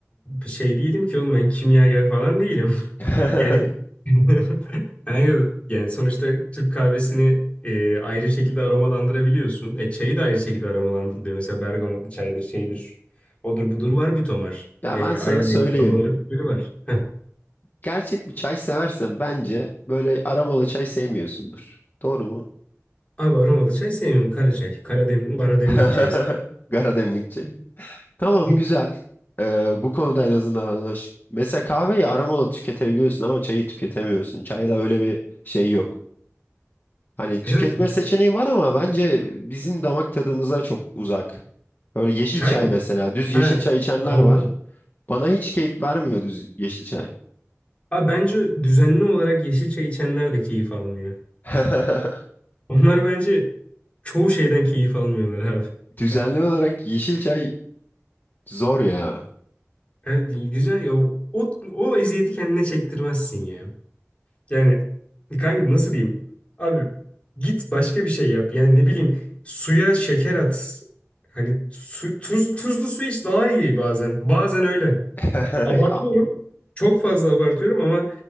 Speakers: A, on the left; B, on the left.
A: şey değilim ki oğlum ben kimyager falan değilim. <laughs>
B: <laughs>
A: Yani <laughs> yani, yani sonuçta Türk kahvesini e, ayrı şekilde aromalandırabiliyorsun. E çayı da ayrı şekilde aromalandırılıyor. Mesela bergamotlu çaydır, şeydir. Odur budur var bir tomar.
B: Ya
A: E,
B: ben sana
A: ayrı
B: söyleyeyim.
A: ayrı aromaları türleri var. Heh.
B: Gerçek bir çay seversen bence böyle aromalı çay sevmiyorsundur. Doğru mu?
A: Abi aromalı çay sevmiyorum. Kara çay. Kara, dem kara demlik
B: <laughs>
A: çayı seviyorum.
B: Karademlik çay. Tamam
A: <laughs>
B: güzel. Ee, bu konuda en azından anlaş. Mesela kahveyi aromalı tüketebiliyorsun ama çayı tüketemiyorsun. Çayda öyle bir şey yok. Hani tüketme
A: Evet. abi.
B: seçeneği var ama bence bizim damak tadımıza çok uzak. Böyle yeşil
A: Çay
B: çay
A: mı?
B: mesela. Düz
A: Ha,
B: yeşil çay içenler
A: anladım.
B: var. Bana hiç keyif vermiyor düz yeşil çay.
A: Abi bence düzenli olarak yeşil çay içenler de keyif almıyor.
B: <laughs>
A: Onlar bence çoğu şeyden keyif almıyorlar abi.
B: Düzenli olarak yeşil çay zor ya.
A: Yani düzen ya o, o eziyeti kendine çektirmezsin ya. Yani kanka nasıl diyeyim? Abi git başka bir şey yap. Yani ne bileyim suya şeker at. Hani su, tuz, tuzlu su iç daha iyi bazen. Bazen öyle.
B: <laughs>
A: Abartıyorum.
B: Ya,
A: Çok fazla abartıyorum ama